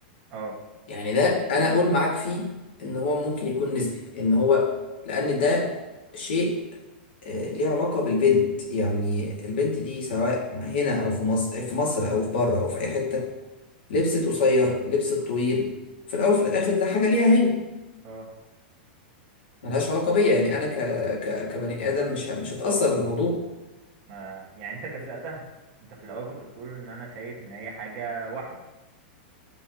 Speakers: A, on the right; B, on the left.
A: اه
B: يعني ده انا اقول معاك فيه ان هو ممكن يكون نسبي ان هو لان ده شيء آه، ليه علاقة بالبنت يعني البنت دي سواء هنا او في مصر في مصر او في بره او في اي حتة لبست قصير لبست طويل في الاول وفي الاخر ده حاجة ليها هي
A: اه
B: ملهاش علاقة بيا يعني انا ك... ك... كبني ادم مش ه... مش هتأثر بالموضوع
A: ما يعني انت جزأتها انت في الاول كنت بتقول ان انا شايف ان هي حاجه واحده